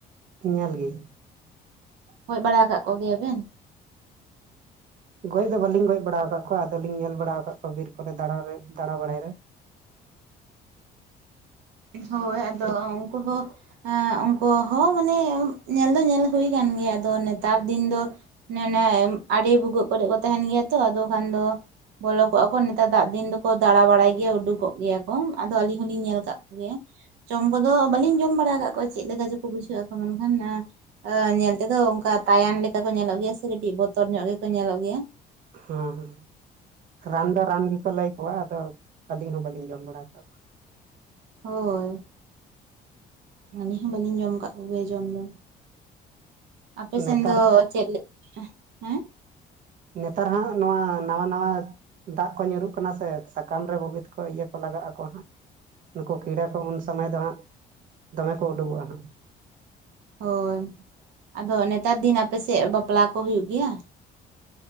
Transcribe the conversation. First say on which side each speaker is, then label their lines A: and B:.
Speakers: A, on the right (about 50°); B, on the right (about 90°).
A: ᱧᱮᱞᱜᱮᱤᱧ
B: ᱜᱚᱡ ᱵᱟᱲᱟ ᱟᱠᱟᱜ ᱠᱚᱜᱮᱭᱟᱵᱮᱱ
A: ᱜᱚᱡ ᱫᱚ ᱵᱟᱹᱞᱤᱧ ᱜᱚᱡ ᱵᱟᱲᱟ ᱟᱠᱟᱫ ᱠᱚᱣᱟ ᱟᱫᱚᱞᱤᱧ ᱧᱮᱞ ᱵᱟᱲᱟ ᱟᱠᱟᱫ ᱠᱚᱣᱟ ᱵᱤᱨ ᱠᱚᱨᱮ ᱫᱟᱬᱟ ᱨᱮ ᱫᱟᱬᱟᱵᱟᱲᱟᱭ ᱨᱮ
B: ᱦᱳᱭ ᱟᱫᱚ ᱩᱱᱠᱩ ᱦᱚᱸ ᱦᱮᱸ ᱩᱱᱠᱩ ᱦᱚᱸ ᱢᱟᱱᱮ ᱧᱮᱞ ᱫᱚ ᱧᱮᱞ ᱦᱩᱭ ᱠᱟᱱ ᱜᱮᱭᱟ ᱟᱫᱚ ᱱᱮᱛᱟᱨ ᱫᱤᱱ ᱫᱚ ᱱᱮ ᱱᱮ ᱟᱹᱲᱤ ᱵᱷᱩᱜᱟᱹᱜ ᱠᱚᱨᱮ ᱠᱚ ᱛᱟᱦᱮᱱ ᱜᱮᱭᱟ ᱛᱚ ᱟᱫᱚ ᱠᱷᱟᱱ ᱫᱚ ᱵᱚᱞᱚ ᱠᱚᱜᱼᱟ ᱠᱚ ᱱᱮᱛᱟᱨ ᱫᱟᱜ ᱫᱤᱱ ᱫᱚᱠᱚ ᱫᱟᱬᱟ ᱵᱟᱲᱟᱭ ᱜᱮᱭᱟ ᱩᱰᱩᱠᱚᱜ ᱜᱮᱭᱟ ᱠᱚ ᱟᱫᱚ ᱟᱹᱞᱤᱧ ᱦᱚᱞᱤᱧ ᱧᱮᱞ ᱠᱟᱜ ᱜᱮᱭᱟ ᱡᱚᱢ ᱠᱚᱫᱚ ᱵᱟᱹᱞᱤᱧ ᱡᱚᱢ ᱵᱟᱲᱟ ᱟᱠᱟᱫ ᱠᱚᱣᱟ ᱪᱮᱫ ᱞᱮᱠᱟ ᱪᱚᱠᱚ ᱵᱩᱡᱷᱟᱹᱜ ᱟᱠᱚ ᱢᱮᱱᱠᱷᱟᱱ ᱟᱹ ᱧᱮᱞ ᱛᱮᱫᱚ ᱚᱱᱠᱟ ᱛᱟᱭᱟᱱ ᱞᱮᱠᱟ ᱠᱚ ᱧᱮᱞᱚᱜ ᱜᱮᱭᱟ ᱥᱮ ᱠᱟᱹᱴᱤᱡ ᱵᱚᱛᱚᱨ ᱧᱚᱜ ᱜᱮᱠᱚ ᱧᱮᱞᱚᱜ ᱜᱮᱭᱟ
A: ᱦᱩᱸ ᱦᱩᱸ ᱨᱟᱱᱫᱚ ᱨᱟᱱ ᱜᱮᱠᱚ ᱞᱮᱭ ᱠᱚᱣᱟ ᱟᱫᱚ ᱟᱹᱞᱤᱧ ᱦᱚᱸ ᱵᱟᱹᱞᱤᱧ ᱡᱚᱢ ᱵᱟᱲᱟ ᱟᱠᱟᱫ ᱠᱚᱣᱟ
B: ᱦᱳᱭ ᱟᱹᱞᱤᱧ ᱦᱚᱸ ᱵᱟᱹᱞᱤᱧ ᱡᱚᱢ ᱠᱟᱜ ᱠᱚᱜᱮᱭᱟ ᱡᱚᱢ ᱫᱚ ᱟᱯᱮ ᱥᱮᱱ
A: ᱱᱮᱛᱟᱨ
B: ᱫᱚ ᱪᱮᱫᱞᱮ ᱦᱮᱸ
A: ᱱᱮᱛᱟᱨ ᱦᱟᱸᱜ ᱱᱚᱣᱟ ᱱᱟᱣᱟ ᱱᱟᱣᱟ ᱫᱟᱜ ᱠᱚ ᱧᱩᱨᱩᱜ ᱠᱟᱱᱟ ᱥᱮ ᱥᱟᱠᱟᱢ ᱨᱮ ᱵᱩᱜᱤ ᱛᱮᱠᱚ ᱤᱭᱟᱹ ᱠᱚ ᱞᱟᱜᱟᱜ ᱟᱠᱚ ᱦᱟᱸᱜ ᱱᱩᱠᱩ ᱠᱤᱲᱟᱹ ᱠᱚ ᱩᱱ ᱥᱚᱢᱚᱭ ᱫᱚ ᱦᱟᱸᱜ ᱫᱚᱢᱮ ᱠᱚ ᱩᱰᱩᱠᱚᱜᱼᱟ ᱦᱟᱸᱜ
B: ᱦᱳᱭ ᱟᱫᱚ ᱱᱮᱛᱟᱨ ᱫᱤᱱ ᱟᱯᱮᱥᱮᱫ ᱵᱟᱯᱞᱟ ᱠᱚ ᱦᱩᱭᱩᱜ ᱜᱮᱭᱟ